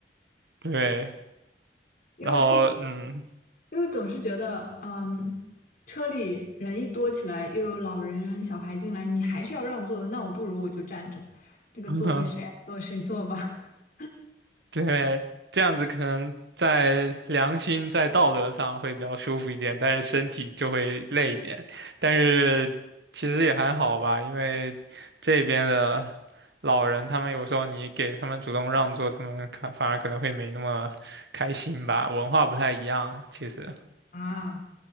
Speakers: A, on the right; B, on the left.
A: <laughs> 对，
B: 因为毕，
A: 然后嗯，
B: 因为总是觉得，嗯，车里人一多起来，又有老人小孩进来，你还是要让座，那我不如我就站着，这个座位谁爱坐谁坐吧。
A: <laughs>
B: <laughs>
A: 对，这样子可能在良心、在道德上会比较舒服一点，但是身体就会累一点。但是其实也还好吧，因为这边的老人，他们有时候你给他们主动让座，他们看反而可能会没那么开心吧，文化不太一样，其实。
B: 啊，